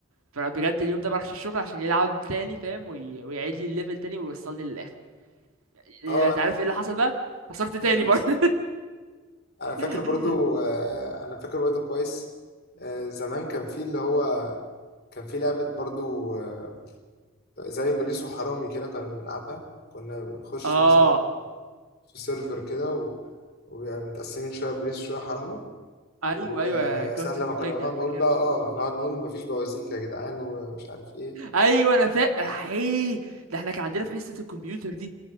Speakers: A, on the right (about 85°); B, on the left (about 45°).
A: فانا بجد اليوم ده ما راحش الشغل عشان يلعب تاني فاهم وي... ويعيد لي الليفل تاني ويوصلني للاخر انت
B: اه انا
A: عارف ايه اللي حصل بقى خسرت تاني
B: الجهاز
A: برضه
B: انا فاكر
A: <laughs>
B: برضو آه، انا فاكر برضو كويس آه، زمان كان في اللي هو كان في لعبة برضو آه، زي بوليس وحرامي كده كنا بنلعبها كنا بنخش
A: اه
B: مثلا في سيرفر كده و... وبيبقى متقسمين شوية بوليس وشوية حرامي
A: ايوه
B: وساعة
A: ايوه كاونتر
B: لما
A: سترايك
B: كنا نقعد
A: دي انا فاكرها
B: نقول بقى اه نقعد نقول مفيش بوازيك يا جدعان ومش عارف ايه
A: ايوه انا فاكر ايه ده احنا كان عندنا في حصه الكمبيوتر دي